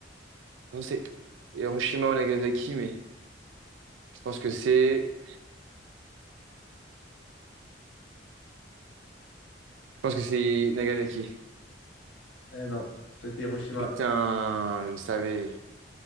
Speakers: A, on the right; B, on the left.
A: Je pense que c'est Hiroshima ou Nagasaki, mais je pense que c'est... Je pense que c'est Nagasaki.
B: Eh non, c'était Hiroshima.
A: Putain, je savais.